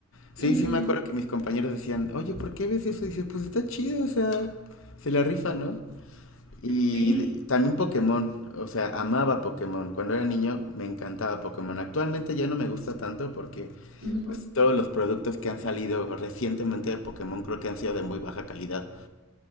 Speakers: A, on the left; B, on the right.
A: Sí,
B: Ujú,
A: sí me acuerdo que mis compañeros decían, oye, ¿por qué ves eso? Y dice, pues está chido, o sea, se la rifa, ¿no? Y
B: Sí,
A: de- también Pokémon, o sea, amaba Pokémon. Cuando era niño me encantaba Pokémon. Actualmente ya no me gusta tanto porque
B: ujú,
A: Pues todos los productos que han salido recientemente de Pokémon creo que han sido de muy baja calidad.